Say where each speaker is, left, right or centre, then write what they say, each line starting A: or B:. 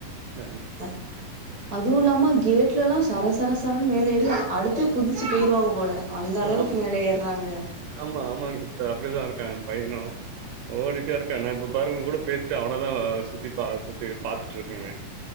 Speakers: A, on the right; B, on the right.
A: நாங்
B: அ அது இல்லாம கேட்ல எல்லா சரசர சரன் மேலே ஏறி அடுத்து குதிச்சு போய்டுவாங்க போல அந்த அளவுக்கு
A: ஆமா
B: மேல ஏர்றாங்க
A: ஆமா ஆமாங் சிஸ்டர் அப்டிதா இருக்கா என் பையனு ஓடிட்டே இருக்கான் நா இப்ப பாருங்க உங் கூட பேசிட்டு அவனதா சுத்தி பா சுத்தி பாத்துட்டுருக்கேங்க